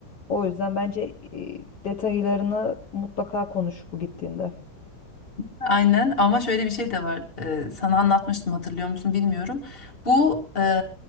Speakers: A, on the left (about 65°); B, on the left (about 30°).
A: O yüzden bence e, detaylarını mutlaka konuş bu gittiğinde.
B: Aynen ama şöyle bir şey de var. Ee, sana anlatmıştım hatırlıyor musun bilmiyorum. Bu e,